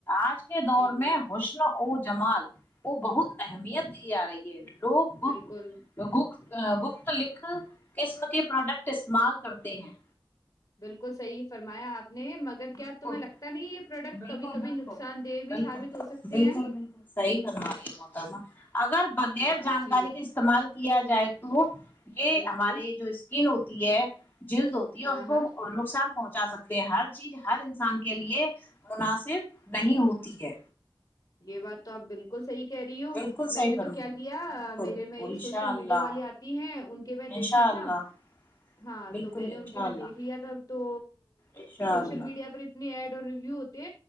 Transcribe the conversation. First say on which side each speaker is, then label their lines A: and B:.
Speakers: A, on the left; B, on the left.
A: آج کے دور
B: صحیح بولا
A: میں حسن ا جمال وہ بہت اہمیت دی جا رہی ہے لوگ گ
B: بالکل
A: گ گخت لکھ قسم کے پروڈکٹ استعمال کرتے ہیں
B: بالکل صحیح فرمایا آپ نے مگر کیا
A: بالکل
B: تمہیں لگتا نہیں یہ پروڈکٹ
A: بالکل
B: کبھی کبھی
A: بالکل
B: نقصان دہ بھی
A: بالکل
B: ثابت ہو سکتے
A: بالکل
B: ہیں
A: بالکل صحیح فرما رہی ہے محترمہ اگر بغیر
B: ہاں
A: جانکاری
B: جی
A: کے استعمال کیا جائے تو یہ
B: بالکل
A: ہمارے جو اسکن ہو ہے جلد ہوتی ہے
B: ہاں
A: اور اس کو
B: ہاں
A: نقصان پہنچا سکتے ہیں ہر چیز ہر انسان کے لیے مناسب نہیں ہوتی ہے
B: یہ بات تو آپ بالکل صحیح کہہ رہی ہو
A: بالکل
B: میں
A: صحیح
B: نے
A: فرما
B: تو کیا کیا
A: بالکل
B: میرے
A: بالکل
B: میں ایک
A: انشاء
B: سوشل
A: اللہ
B: میڈیا والی آتی ہیں ان کے میں
A: انشاء
B: دیکھا تھا
A: اللہ
B: ہاں
A: بالکل
B: تو میں نے ان
A: انشاء
B: کے میں
A: اللہ
B: دیکھ لیا تھا تو
A: انشاء
B: سوشل
A: اللہ
B: میڈیا پر اتنی ایڈ ریوو ہوتے